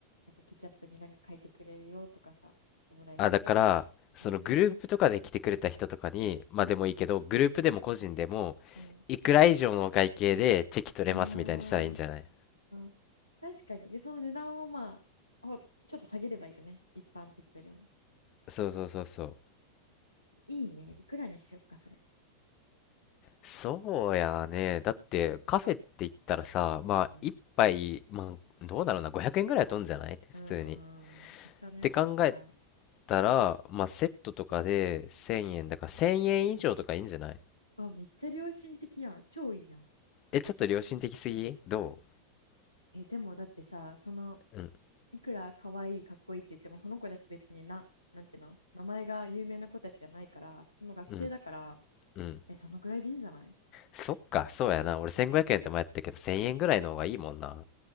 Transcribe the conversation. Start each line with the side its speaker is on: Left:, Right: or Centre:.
Right: なんかケチャップになんか書いてくれるよとかさ、オムライスに。
Left: あ、だから、そのグループとかで来てくれた人とかに、
Right: うん、
Left: まあでもいいけど、
Right: うん、
Left: グループでも個人でも、
Right: うん。うん
Left: いくら以上のお会計でチェキ取れますみたいにしたらいいんじゃない
Right: ああ、確かに。で、その値段をまあ、ほちょっと下げればいいよね。一般的よりも。
Left: そうそうそうそう。
Right: いいね。いくらにしよっか、それ。
Left: そうやね。だって、カフェって言ったらさ、まあ、
Right: うん。
Left: 一杯、まあ、どうだろうな、500円ぐらいは取んじゃない普通に。
Right: うーん。お茶ね、
Left: って考え
Right: そのくらい。
Left: たら、まあ、セットとかで1000円だから、1000円以上とかいいんじゃない
Right: わ、めっちゃ良心的やん。超いいやん。
Left: え、ちょっと良心的すぎど
Right: え、でもだってさ、その、
Left: ううん、
Right: いくら可愛い、かっこいいって言っても、その子たち別にな、なんていうの名前が有名な子たちじゃないから、普通の学生だから、
Left: うん、うん。
Right: え、そのぐらいでいいんじゃない
Left: そっか、そうやな。俺1500円って前やったけど、1000円ぐらいの方がいいもんな。